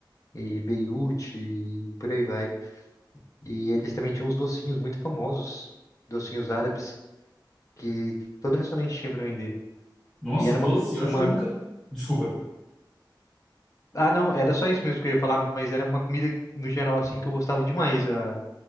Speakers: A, on the left; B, in the centre.
A: e Beirute, e por aí vai. E eles também tinham uns docinhos muito famosos, docinhos árabes, que todo restaurante tinha pra vender.
B: Nossa,
A: E era
B: doce,
A: uma,
B: eu
A: uma...
B: acho que eu nunca. Desculpa,
A: Ah, não, era só isso mesmo que eu ia falar, mas era uma comida, no geral, assim, que eu gostava demais, a,